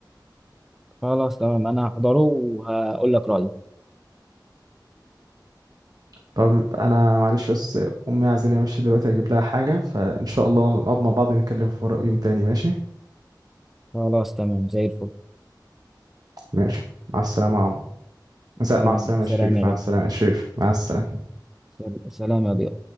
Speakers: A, in the centre; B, on the right.
A: خلاص تمام انا هحضره وهقول لك رايي
B: طب انا معلش بس امي عايزاني امشي دلوقتي اجيب لها حاجه فان شاء الله نقعد مع بعض نتكلم في ورق يوم تاني ماشي
A: خلاص تمام زي الفل
B: ماشي مع السلامه يا عم مساء
A: سلام
B: مع السلامه يا شريف
A: سلام يا
B: مع السلامه يا شريف مع السلامه
A: غالي سلام يا ضياء